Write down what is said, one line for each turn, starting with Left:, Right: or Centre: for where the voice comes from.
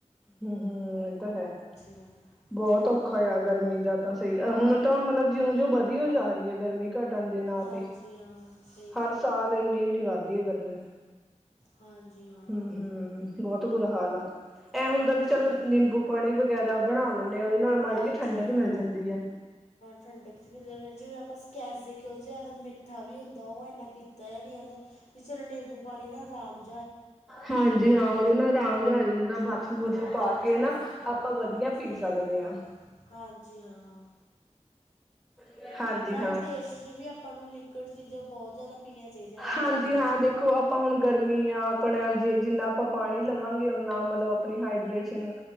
Centre: ਹੂੰ, ਹੂੰ ਏਤਾਂ ਹੈ,
Left: ਮੈਡਮ
Centre: ਬੋਤ
Left: ਸਹੀ
Centre: ਔਖਾ
Left: ਗੱਲ ਹੈ
Centre: ਯਾ। ਗਰਮੀ ਦਾ ਤਾਂ ਸਹੀ, ਏ ਹੁਨ ਤਾਂ ਮਤਲਬ ਜਿਉਂ-ਜਿਉ ਵਧੀ ਔ ਜਾ ਰਈ ਏ ਗਰਮੀ। ਘਟਨ ਦੇ ਨਾਂ
Left: ਹਾਂਜੀ
Centre: ਤੇ,
Left: ਹਾਂ ਸਹੀ
Centre: ਹਰ
Left: ਗੱਲ
Centre: ਸਾਲ
Left: ਹੈ
Centre: ਇੰਨੀ- ਇੰਨੀ ਵਾਧਦੀ ਏ ਗਰਮੀ,
Left: ਹਾਂਜੀ ਹਾਂ
Centre: ਹੂੰ-ਹੂੰ ਬੋਤ ਬੁਰਾ ਹਾਲ ਆ। ਏ ਹੁੰਦੈ
Left: ਬਹੁਤ
Centre: ਵੀ,
Left: ਜ਼ਿਆਦਾ
Centre: ਚਲੋ ਨਿੰਬੂ-ਪਾਣੀ ਵਗੈਰਾ ਬਣਾ ਲਨੇ ਆ, ਔਦੇ ਨਾਲ ਮਾੜੀ
Left: ਹਾਂਜੀ
Centre: ਜਿ ਠੰਡਕ
Left: ਹਾਂ
Centre: ਮਿਲ ਜਾਂਦੀ ਏ।
Left: ਠੰਡਕ <unintelligible> ਜਿਵੇਂ ਅਪਾਂ <unintelligible> ਜਾਦਾ ਮਿੱਠਾ ਵੀ ਹੁੰਦਾ ਔ ਏਨਾ ਪੀਤਾ ਯਾ ਨੀ ਜਾਂਦਾ। ਵੀ ਚਲੋ ਨਿੰਬੂ- ਪਾਣੀ ਨਾ ਅਰਾਮ।
Centre: ਹਾਂਜੀ ਹਾਂ, ਔਦੇ ਨਾਲ ਰਾਮ ਜਾ ਆ ਜਾਂਦਾ ਬਾਸ। ਤੋਂ
Left: ਹਾਂਜੀ
Centre: ਪਾ ਕੇ ਨਾ
Left: ਹਾਂ
Centre: ਆਪਾਂ ਵਧੀਆ
Left: ਸਹੀ
Centre: ਪੀ ਸਕਦੇ
Left: ਗੱਲ ਹੈ
Centre: ਹਾਂ
Left: ਹਾਂਜੀ ਹਾਂ
Centre: ਹਾਂ ਹਾਂਜੀ
Left: ਨਾਲ ਟੇਸਟ ' ਵੀ ਆਪਾਂ ਨੂੰ ਲੀਕਵੋਡ ਚੀਜ਼ਾਂ ਬਹੁਤ ਜ਼ਿਆਦਾ ਪੀਣੀਆਂ ਦ ਨੇ
Centre: ਹਾਂਜੀ
Left: ਗਰਮੀ
Centre: ਹਾਂ
Left: '
Centre: ਦੇਖੋ ਆਪਾਂ ਹੁਣ ਗਰਮੀ ਆ ਆਪਣਾ ਜੇ ਜਿੰਨਾ ਆਪਾਂ ਪਾਣੀ ਲਵਾਂਗੇ ਓਨਾ ਮਤਲਬ ਆਪਣੀ ਹਾਈਡਰੇੇਸ਼ਨ